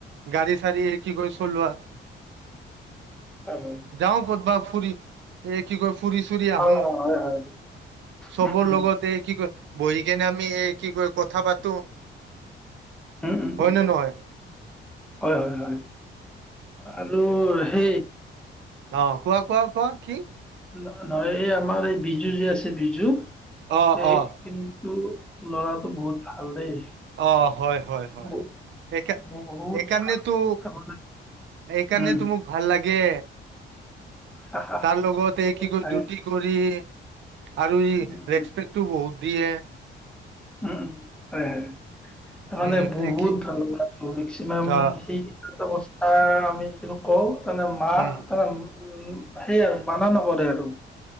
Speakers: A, on the right; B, in the centre.
A: গড়ী চাৰি কি কৰি চলোৱাত
B: অ অ উম উম হয় হয়
A: যাওঁ কতবা ফুৰি এই কি কয় ফুৰি চুৰি আহো
B: অ অ হয় হয় হয় হয়
A: চবৰ
B: উম উম
A: লগত এই কি কয়? বহি কেনে আমি এই কি কয় কথা পাতো
B: উম উম
A: হয়
B: উম
A: নে নহয়
B: হয় হয় হয় আৰু সেই
A: অ কোৱা কোৱা কোৱা কি‌‌?
B: ন নহয় এই আমাৰ এই বিজু যে আছে বিজু
A: অ
B: এই
A: অ
B: কিন্তু ল'ৰাটো বহুত ভাল দেই
A: অ হয় হয় হয়
B: বহুত
A: স
B: বহুত
A: এইকাৰণেতো
B: ভাল তাৰমানে
A: এইকাৰণেতো
B: উম
A: মোক ভাল লাগে
B: হা হা
A: তাৰ লগতে কি কৰি
B: হয়
A: ডিউটি কৰি আৰু ই
B: উম
A: ৰেচপেক্টো
B: উম
A: বহুত দিয়ে
B: উম উ হয় হয় তাৰ মানে
A: উম,
B: বহুত
A: দেখি
B: ভাল লগ মেক্সিমাম
A: আহ,
B: সেই কথা আহ আমি কিনো কওঁ তাৰ মা
A: উম,
B: তনে <unintelligible> উম সেইয়াই মানা নকৰে আৰু